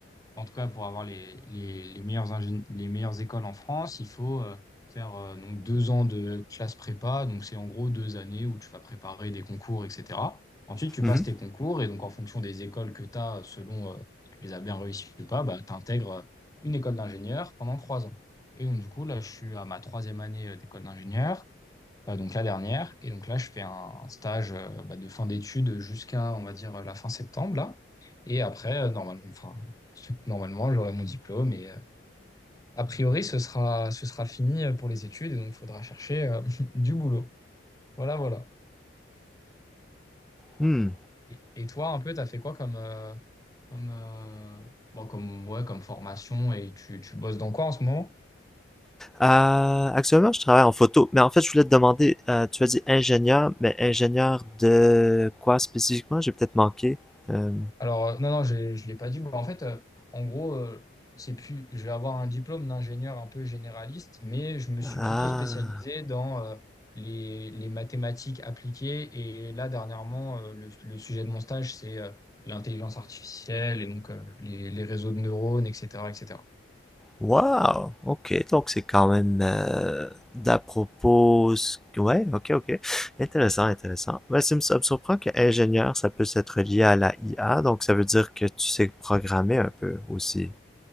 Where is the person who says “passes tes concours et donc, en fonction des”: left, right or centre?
Left